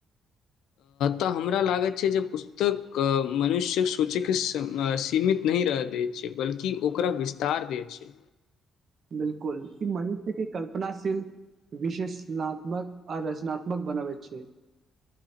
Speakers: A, on the left; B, on the right.
A: तऽ हमरा लागैत छै, जे पुस्तक मनुष्यक सोचय के सीमित नहि रहय दै छै, बल्कि ओकरा विस्तार दै छै।
B: बिल्कुल, ई मनुष्य के कल्पनाशील, विशेषनात्मक आ रचनात्मक बनाबै छै।